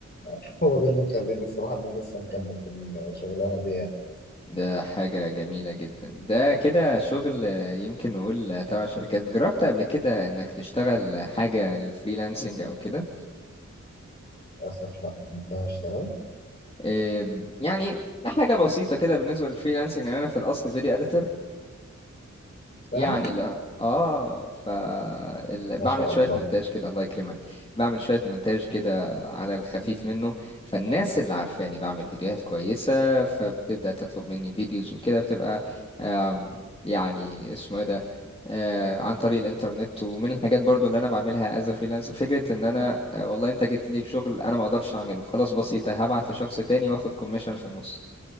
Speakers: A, on the left; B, on the left.
A: <laughs> هو ده اللي مخليني الصراحة ان انا لسه مكمل في الشغلانة دي يعني
B: ده حاجة جميلة جدا ده كده شغل آه، يمكن نقول آه، تبع شركات جربت قبل كده انك تشتغل حاجة للفريلانسنج او كده
A: للأسف لا انت اشتغلت
B: آه، يعني حاجة بسيطة كده بالنسبة للفريلانسنج لأن انا في الاصل فيديو اديتور
A: فعلا
B: يعني لا اه ف ال- بعمل
A: ما شاء
B: شويه
A: الله
B: مونتاج كده الله يكرمك بعمل شويه مونتاج كده على الخفيف
A: مم.
B: منه فالناس اللي عارفاني بعمل فيديوهات كويسه فبتبدا تطلب مني فيديوز وكده بتبقى آم، يعني اسمه ايه ده آه، عن طريق الانترنت ومن الحاجات برضو اللي انا بعملها از فريلانسر فكره ان انا آه، والله انت جيت لي بشغل انا ما اقدرش اعمله خلاص بسيطه هبعت لشخص تاني واخد كوميشن في النص